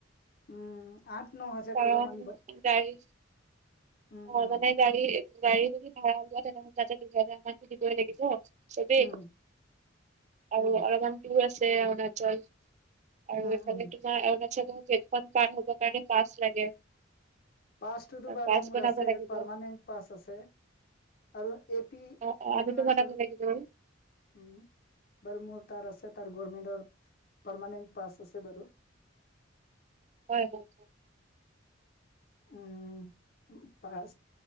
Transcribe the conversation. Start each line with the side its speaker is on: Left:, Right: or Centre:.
Left: উম। আঠ ন হাজাৰ
Right: কাৰণ
Left: টকা মান
Right: গাড়ী
Left: উম,
Right: হয়
Left: উম।
Right: মানে গাড়ী গাড়ী যদি ভাড়া লোৱাতে <unintelligible> তাতে দুহেজাৰ মানটো দিবই লাগিব। চবেই
Left: উম,
Right: আৰু
Left: উম,
Right: <unintelligible> আছে অৰুণাচল। আৰু
Left: উম,
Right: এইফালে
Left: উম,
Right: তোমাৰ অৰুণাচলৰ গেটখন পাৰ হব কাৰণে পাছ লাগে।
Left: পাছটোতো বাৰু
Right: পাছ
Left: মোৰ
Right: বনাব
Left: আছে
Right: লাগিব
Left: পাৰমানেণ্ট পাছ আছে। আৰু এ পি
Right: অ অ
Left: অৰুণাচল
Right: আমিতো বনাব লাগিব
Left: উম বাৰু মোৰ তাৰছে তাৰ। গৰৰ্মেন্তৰ পাৰমানেন পাছ আছে বাৰু।
Right: হয় হয়।
Left: উম পাছ